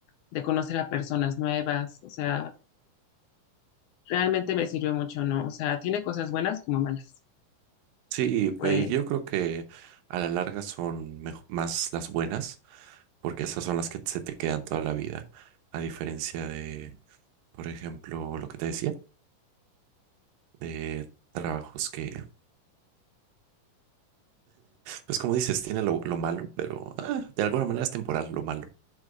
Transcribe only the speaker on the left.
de conocer a personas nuevas, o sea, realmente me sirvió mucho, ¿no? O sea, tiene cosas buenas como malas.
Y pues,